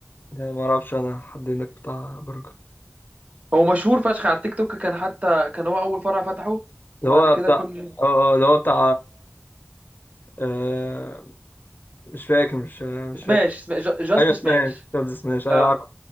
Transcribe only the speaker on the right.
هو مشهور فشخ على التيك توك كان حتى كان هو اول فرع فتحه
وبعد
كده
كل
سماش
سما- جاست
سماش
اه